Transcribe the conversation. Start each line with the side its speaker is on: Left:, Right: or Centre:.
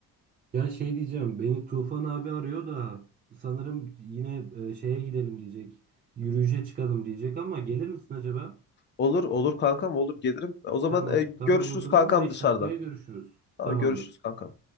Right: Ya şey diyeceğim, beni Tufan abi arıyor da sanırım yine e, şeye gidelim diyecek, yürüyüşe çıkalım diyecek ama gelir misin acaba?
Left: Olur olur kankam olur gelirim. O zaman
Right: Tamam,
Left: e, görüşürüz
Right: tamam o zaman
Left: kankam
Right: 5
Left: dışarıda.
Right: dakikaya görüşürüz.
Left: Tamam
Right: Tamamdır.
Left: görüşürüz kankam.